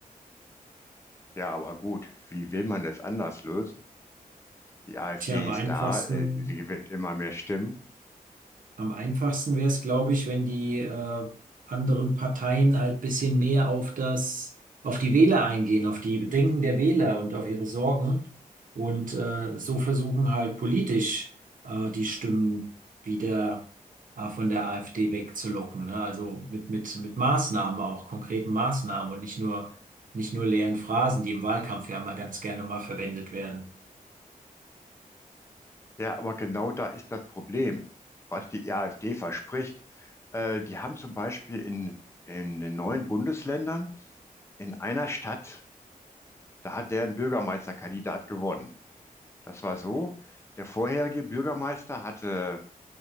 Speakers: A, on the left; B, on the right.
A: Ja, aber gut, wie will man es anders lösen? Die AfD
B: Tja, am einfachsten
A: ist da, äh, sie gewinnt immer mehr Stimmen.
B: Am einfachsten wäre es, glaube ich, wenn die äh, anderen Parteien halt bisschen mehr auf das, auf die Wähler eingehen, auf die Bedenken der Wähler und auf ihre Sorgen und äh, so versuchen halt politisch äh, die Stimmen wieder äh, von der AfD wegzulocken, ne? Also mit mit mit Maßnahmen auch, konkreten Maßnahmen und nicht nur nicht nur leeren Phrasen, die im Wahlkampf ja mal ganz gerne mal verwendet werden.
A: Ja, aber genau da ist das Problem, was die AfD verspricht. Äh, die haben zum Beispiel in, in den neuen Bundesländern in einer Stadt, da hat deren Bürgermeisterkandidat gewonnen. Das war so, der vorherige Bürgermeister hatte